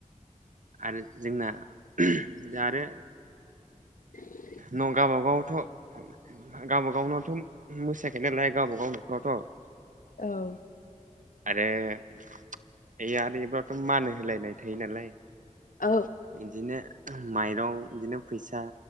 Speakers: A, on the right (about 70°); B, on the left (about 80°).
A: आरो जोंना उमह आरो
B: <inaudible>
A: न' गावबागावथ' गावबाागावनावथ' मो मोसायाखायो नालाय गावबाागाव न'खरावथ'
B: औ।
A: आरो आरो बेबथ' मान होलायनाय थायो नालाय।
B: औ
A: इदिनो माइरं इदिनो फैसा